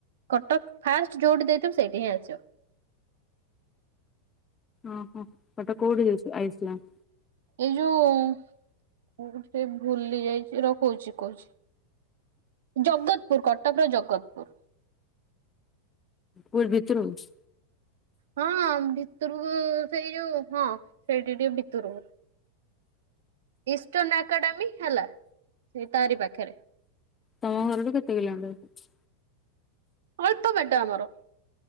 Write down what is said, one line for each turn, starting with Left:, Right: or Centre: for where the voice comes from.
Right: କଟକ ଫାଷ୍ଟ ଯୋଉଠି ଦେଇଥିବୁ। ସେଇଠି ହିଁ ଆସିବ
Left: ଓହ! ହେଟା କୋଡ଼ି କିଛି ଆଇ ଐସ୍ଲାମ୍।
Right: ଏଇ ଯୋଉଁ କଉଠି ଟେ ଭୁଲି ଯାଇଛି। ର କହୁଛି କହୁଛି। ଜଗତପୁର କଟକର ଜଗତପୁର।
Left: ପୁର୍ ଭିତୁରୁକୁ।
Right: ହଁ, ଭିତରୁକୁ ସେଇ ଯୋଉ ହଁ, ସେଇଠି ଟିକେ ଭିତୁରୁକୁ। ଇଷ୍ଟର୍ଣ୍ଣ ଏକାଡେମୀ ହେଲା। ସେ ତାରି ପାଖରେ
Left: ତମ ଘରଠୁ କେତେ କିଲୋମିଟର?
Right: ଅଳ୍ପ ବାଟ ଆମର।